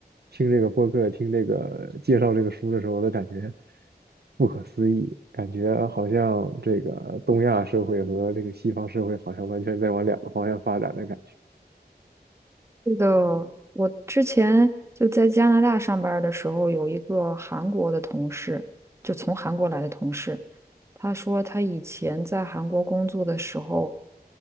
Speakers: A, on the right; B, on the right.
A: 听这个播客，听这个介绍这个书的时候，我都感觉不可思议，感觉好像这个东亚社会和这个西方社会好像完全在往两个方向发展的感觉。
B: 是的，我之前就在加拿大上班儿的时候，有一个韩国的同事，就从韩国来的同事，他说他以前在韩国工作的时候，